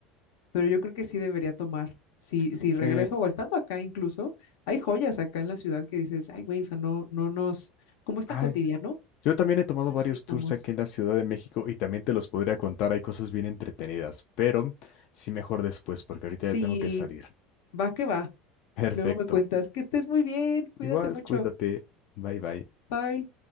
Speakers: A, on the left; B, on the left.
A: pero yo creo que sí debería tomar. Si, si
B: sí.
A: regreso o estando acá incluso, hay joyas acá en la ciudad que dices, ay, güey, o sea, no, no nos, como es tan
B: Ay,
A: cotidiano,
B: yo también he tomado
A: nos
B: varios
A: fijamos.
B: tours aquí en la Ciudad de México y también te los podría contar. Hay cosas bien entretenidas, pero sí mejor después porque ahorita
A: Sí,
B: ya tengo que salir. <laughs>
A: va que va.
B: Perfecto.
A: Luego me cuentas que estés muy bien, cuídate
B: Igual,
A: mucho.
B: cuídate. Bye bye.
A: Bye.